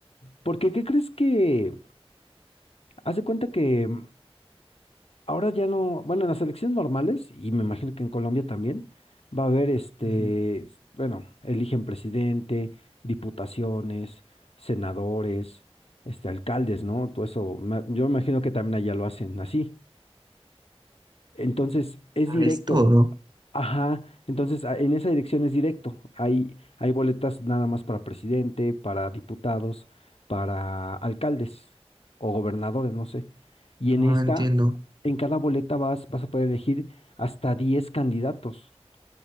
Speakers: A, on the left; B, on the right.
A: porque ¿qué crees que? Haz de cuenta que Ahora ya no, bueno, en las elecciones normales, y me imagino que en Colombia también, va a haber este,
B: Ujú.
A: s- bueno, eligen presidente, diputaciones, senadores, este, alcaldes, ¿no? Todo eso, me- yo me imagino que también allá lo hacen así. Entonces, es
B: Ah,
A: directo,
B: Es todo.
A: Ajá, entonces a- en esa dirección es directo. Hay, hay boletas nada más para presidente, para diputados, para alcaldes o gobernadores, no sé. Y en
B: Ah,
A: esta,
B: entiendo.
A: en cada boleta vas, vas a poder elegir hasta 10 candidatos.